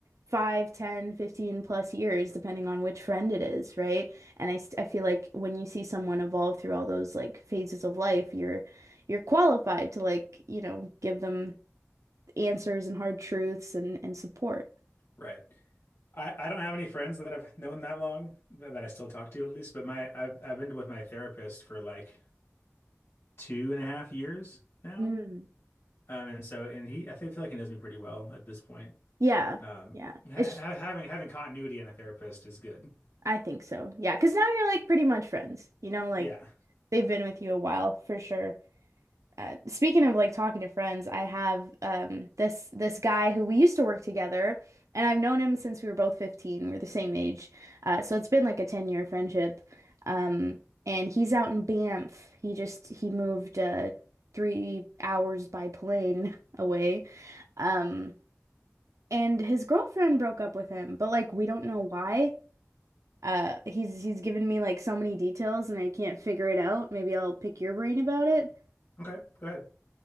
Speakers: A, on the right (about 80°); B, on the left (about 55°).
A: five, ten, fifteen plus years, depending on which friend it is, right? And I, st I feel like when you see someone evolve through all those like phases of life, you're you're qualified to like, you know, give them answers and hard truths and and support.
B: Right. I, I don't have any friends that I've known that long that, that I still talk to at least, but my I've I've been with my therapist for like two and a half years now.
A: Hmm.
B: Um, and so and he I think feel like he knows me pretty well at this point.
A: Yeah.
B: Um,
A: Yeah.
B: ha
A: It's
B: ha- having having continuity in a therapist is good.
A: I think so. Yeah, because now you're like pretty much friends. You know, like
B: Yeah.
A: they've been with you a while for sure. Uh, speaking of like talking to friends, I have um this this guy who we used to work together and I've known him since we were both 15. We're the same age. Uh, so it's been like a 10-year friendship. Um and he's out in Banff. He just he moved uh three hours by plane <laughs> away. Um, and his girlfriend broke up with him, but like we don't know why. Uh, he's he's given me like so many details and I can't figure it out. Maybe I'll pick your brain about it.
B: Okay. Go ahead.